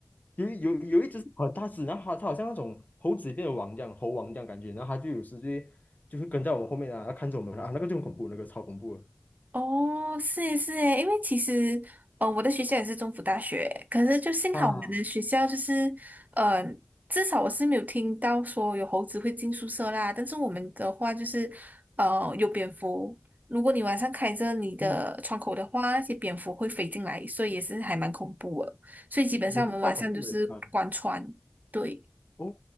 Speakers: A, on the left; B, on the right.
A: 有一有有一只是很大只，然后它它好像那种猴子里面的王这样，猴王这样感觉，然后它就有时就会就会跟在我们后面啊，它看着我们啊，那个就很恐怖，那个超恐怖的。
B: 哦，是诶是诶，因为其实，嗯、我的学校也是中府大学，可是就幸好我们的学校就是，
A: 啊，
B: 呃，至少我是没有听到说有猴子会进宿舍啦。但是我们的话就是，呃，有蝙蝠，如果你晚上开着你的窗口的话，
A: 嗯，
B: 那些蝙蝠会飞进来，所以也是还蛮恐怖的。所以基本上我们晚上就是关窗，
A: 也是超恐怖的啊！
B: 对，
A: 哦，